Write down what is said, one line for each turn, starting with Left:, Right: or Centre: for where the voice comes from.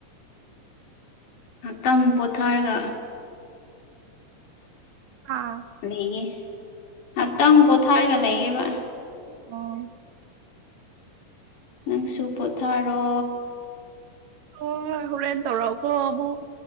Left: ꯉꯥꯛꯇꯪ ꯄꯣꯊꯥꯔꯒ
Right: ꯑꯥ
Left: ꯂꯩꯒꯦ ꯉꯥꯏꯍꯥꯛꯇꯪ ꯄꯣꯊꯥꯔꯒ ꯂꯩꯒꯦꯕ
Right: ꯑꯣ
Left: ꯅꯪꯁꯨ ꯄꯣꯊꯥꯔꯣ
Right: ꯑꯣ ꯍꯨꯔꯦꯟ ꯇꯧꯔꯜꯑꯣꯀꯣ ꯑꯃꯨꯛ